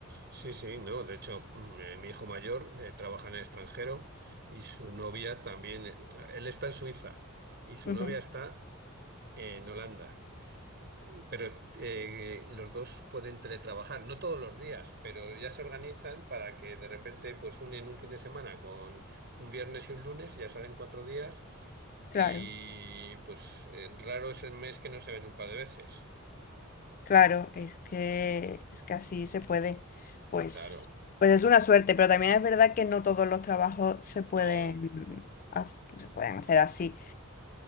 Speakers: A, on the right; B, on the left.
A: Sí, sí, no. De hecho, mm, eh, mi hijo mayor eh, trabaja en el extranjero y su novia también. eh, Él está en Suiza y su
B: Ujú,
A: novia está en Holanda. Pero eh, los dos pueden teletrabajar, no todos los días, pero ya se organizan para que de repente pues unen un fin de semana con un viernes y un lunes, ya salen cuatro días y
B: claro.
A: pues eh, raro es el mes que no se ven un par de veces.
B: Claro, es que, es que así se puede. Pues,
A: Claro,
B: pues es una suerte, pero también es verdad que no todos los trabajos se pueden,
A: no,
B: haz- se pueden hacer así.